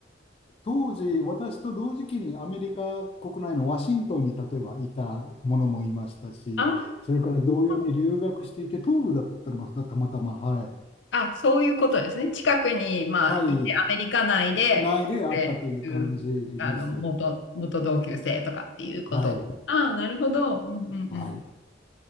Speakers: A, on the left (about 30°); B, on the left (about 75°).
A: 当時、私と同時期にアメリカ国内のワシントンに例えばいたものもいましたし、
B: あー、なる
A: それから同様に留学していて、
B: ほど
A: 東部だったのがたまたま、はい。
B: あ、そういうことですね。近くに、まあ、
A: はい。
B: いて、アメリカ内で来てくれる、
A: 内であったという感じです。
B: うんあの、元、元同級生とかっていうこと。
A: はい。
B: ああ、なるほど。うんうんうん。
A: はい。